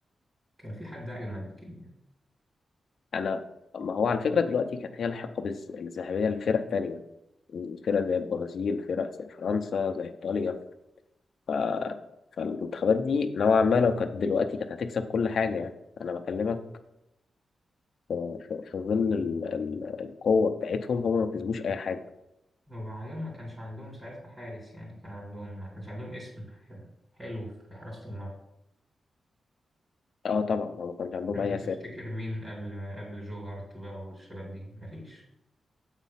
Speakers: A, on the right (about 25°); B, on the left (about 60°).
A: في حد أجمد أكيد يعني
B: انا ما هو على فكره دلوقتي كانت هي الحقبه الز- الذهبيه لفرق تانية فرق زي البرازيل فرق زي فرنسا زي ايطاليا ف... فالمنتخبات دي نوعا ما لو كانت دلوقتي كانت هتكسب كل حاجه يعني انا بكلمك في, في في ظل ال... ال... القوه بتاعتهم هم ما كسبوش اي حاجه
A: وبعدين ما كانش عندهم ساعتها حارس يعني كان عندهم ما كانش عندهم اسم ح- حلو في حراسة المرمى
B: اه طبعا هم ما كانش عندهم
A: أنت
B: اي
A: تفتكر
B: اسامي
A: مين قبل قبل جو هارت بقى والشباب دي مفيش